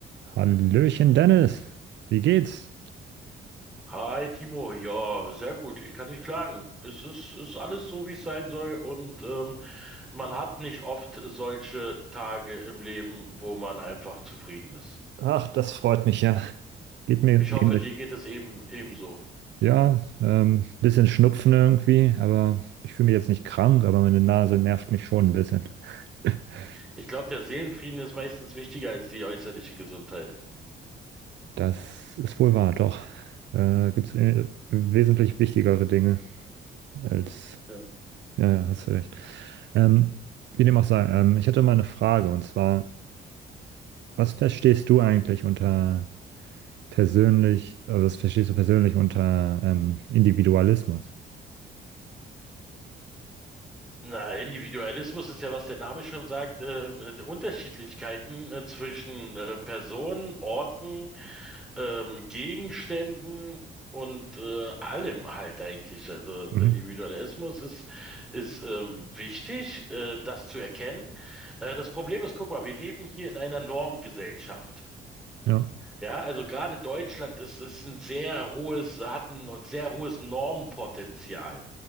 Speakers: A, on the right (about 65°); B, in the centre.
A: Hallöchen Dennis, wie geht's?
B: Hi Timo, ja, sehr gut. Ich kann nicht klagen. Es ist, ist alles so, wie es sein soll. Und ähm, man hat nicht oft solche Tage im Leben, wo man einfach zufrieden ist.
A: Ach, das freut mich ja. Geht mir
B: Ich
A: ähnlich.
B: hoffe, dir geht es eben ebenso.
A: Ja, ähm, bisschen Schnupfen irgendwie, aber ich fühle mich jetzt nicht krank, aber meine Nase nervt mich schon ein bisschen. <laughs>
B: Ich glaube, der Seelenfrieden ist meistens wichtiger als die äußerliche Gesundheit.
A: Das ist wohl wahr, doch. Äh, gibt's äh, wesentlich wichtigere Dinge als.
B: Ja.
A: Ja, ja, hast du recht. Ähm, wie dem auch sei, ähm, ich hatte mal eine Frage und zwar, was verstehst du eigentlich unter persönlich, äh, was verstehst du persönlich unter ähm, Individualismus?
B: Na, Individualismus ist ja, was der Name schon sagt, ähm, die Unterschiedlichkeiten äh, zwischen äh, Personen, Orten ähm, Gegenständen und äh, allem halt eigentlich. Also der
A: Mhm.
B: Individualismus ist, ist ähm, wichtig, äh, das zu erkennen. Äh, das Problem ist, guck mal, wir leben hier in einer Normgesellschaft.
A: Ja.
B: Ja, also gerade Deutschland ist, ist ein sehr hohes, hat ein sehr hohes Normpotenzial.